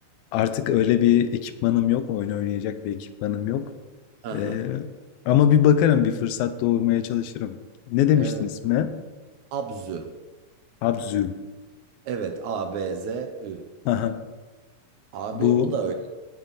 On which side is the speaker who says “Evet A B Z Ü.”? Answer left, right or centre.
Right